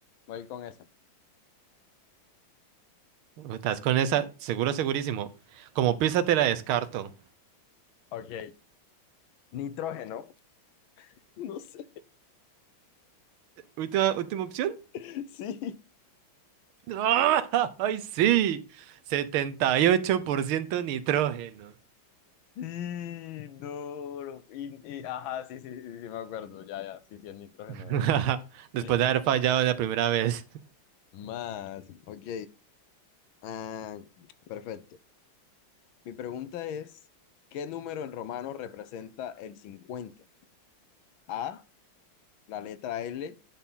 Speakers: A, on the left (about 75°); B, on the right (about 90°).
A: Voy con esa.
B: ¿Estás con esa? Seguro, segurísimo. Como pista te la descarto.
A: Ok. Nitrógeno. No sé.
B: Última, última opción.
A: <laughs> Sí.
B: <laughs> ¡Ah! ¡Ay, sí! setenta y ocho por ciento nitrógeno.
A: Sí, duro. Y, y- ajá, sí, sí, sí, sí, me acuerdo. Ya, ya, sí, sí, el nitrógeno,
B: <laughs>
A: ¿verdad?
B: Después
A: <laughs>
B: de haber fallado la primera vez.
A: Más. Ok. Ah, perfecto. Mi pregunta es, ¿qué número en romano representa el cincuenta A, la letra L,